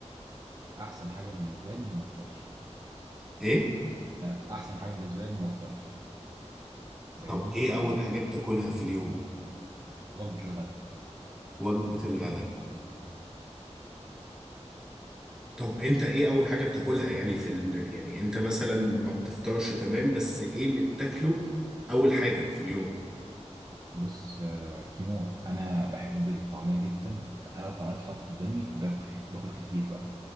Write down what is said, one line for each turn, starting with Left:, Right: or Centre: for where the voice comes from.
Right: احسن حاجه بالنسبه لي اني ما افطرش
Centre: ايه
Right: ده احسن حاجه بالنسبه لي اني ما افطرش فاهمني
Centre: طب ايه
Right: يعني
Centre: اول حاجة بتاكلها في اليوم
Right: وجبة الغداء
Centre: وجبة الغداء طب انت ايه اول حاجة بتاكلها يعني في ال... يعني انت مثلا ما بتفطرش تمام بس ايه اللي بتاكله اول حاجة في اليوم
Right: بص آه، كيمو انا بحب الطعمية جدا فانا لو الطعمية اتحط قدامي باكل باكل كتير بقى